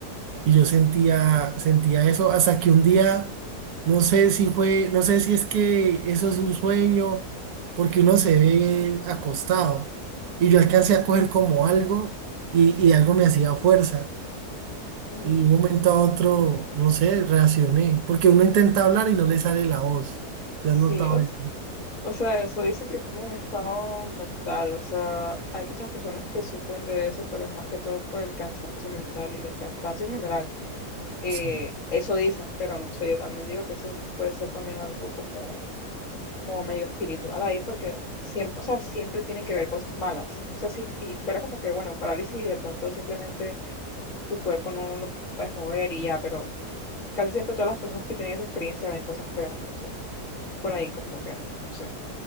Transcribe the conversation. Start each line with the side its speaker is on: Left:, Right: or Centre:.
Right: Y yo sentía, sentía eso hasta que un día, no sé si fue, no sé si es que eso es un sueño, porque uno se ve acostado. Y yo alcancé a coger como algo y, y algo me hacía fuerza.
Left: Ujú.
Right: Y de un momento a otro, no sé, reaccioné, porque uno intenta hablar y no le sale la voz. ¿Te
Left: Sí,
Right: has notado
Left: o,
Right: eso?
Left: s- o sea, eso dicen que es como un estado mental, o sea, hay muchas personas que sufren de eso, pero es más que todo por el cansancio mental y el cansancio en general. Eh,
Right: Sí.
Left: eso dicen, pero no sé, yo también digo que eso puede ser también algo como como medio espiritual ahí, porque siempre, o sea, siempre tienen que ver cosas malas. O sea, si, si fuera como que, bueno, parálisis y de pronto simplemente tu cuerpo no lo puedes mover y ya, pero casi siempre todas las personas que tienen esa experiencia ven cosas feas, entonces por ahí como que, no sé,